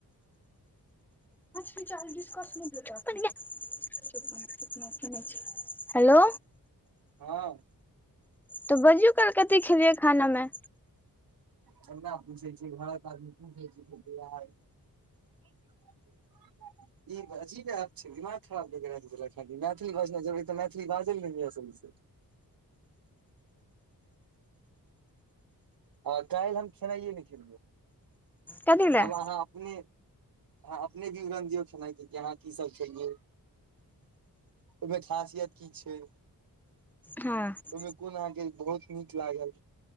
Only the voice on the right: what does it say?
हँ
छोटका पूछे घर <unintelligible> क <inaudible> ई अजीब ऐप छै दिमाग खराब कै क रख देलक है मैथिली बाजनाइ जरूरी तऽ मैथिली बाजल नय होईयै सही से आ काइलहम खेनाइे नय खेलियै <inaudible>
तब अहाँ अपने आहाँ अपने विवरण दिऔ खानाइ की खेलनाइ की सब क खेय ओहिमे खासियत की छै
ओहिमे कोन अहाँ के बहुत नीक लागल